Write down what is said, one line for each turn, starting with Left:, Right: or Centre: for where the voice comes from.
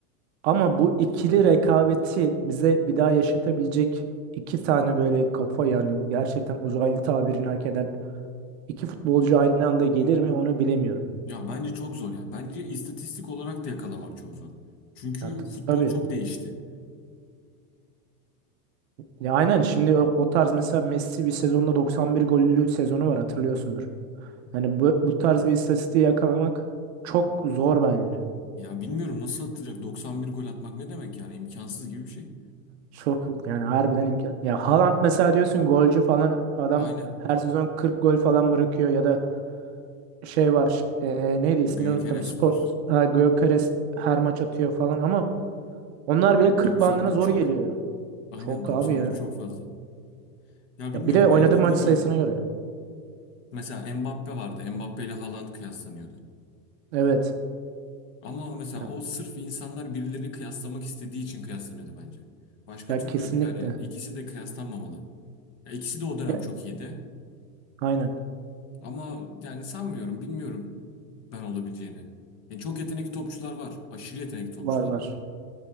Right: Ama bu ikili rekabeti bize bir daha yaşatabilecek iki tane böyle kafa yani gerçekten uzaylı tabirini hak eden iki futbolcu aynı anda gelir mi onu bilemiyorum.
Left: Ya bence çok zor ya. Bence istatistik olarak da yakalamak çok zor. Çünkü
Right: Ya t-
Left: futbol
Right: tabii.
Left: çok değişti.
Right: Ya aynen şimdi o, o tarz mesela Messi bir sezonda 91 gollü sezonu var hatırlıyorsundur. Yani bu, bu tarz bir istatistiği yakalamak çok zor bence.
Left: Ya bilmiyorum nasıl atacak 91 gol atmak ne demek yani imkansız gibi bir şey.
Right: Çok yani harbiden imkan. Ya Haaland mesela diyorsun golcü falan adam
Left: Aynen.
Right: her sezon 40 gol falan bırakıyor ya da şey var eee, neydi
Left: Gyökeres
Right: ismini unuttum. Spor
Left: var.
Right: ha, Gyökeres her maç atıyor falan ama onlar bile 40
Left: 91
Right: bandına zor
Left: çok.
Right: geliyor.
Left: Aynen
Right: Çok
Left: 91
Right: abi ya.
Left: çok fazla. Ya bilmiyorum
Right: Ya bir de oynadığı
Left: bence dediğim
Right: maç sayısına
Left: gibi.
Right: göre.
Left: Mesela Mbappe vardı. Mbappe ile Haaland kıyaslanıyordu.
Right: Evet.
Left: Ama mesela
Right: Ya,
Left: o sırf insanlar birileri kıyaslamak istediği için kıyaslanıyordu bence. Başka
Right: ya
Left: türlü
Right: kesinlikle.
Left: yani ikisi de kıyaslanmamalı. Ya ikisi de o dönem
Right: Ya,
Left: çok iyiydi.
Right: aynen.
Left: Ama yani sanmıyorum, bilmiyorum ben olabileceğini. Yani çok yetenekli topçular var. Aşırı yetenekli topçular
Right: Var var.
Left: var.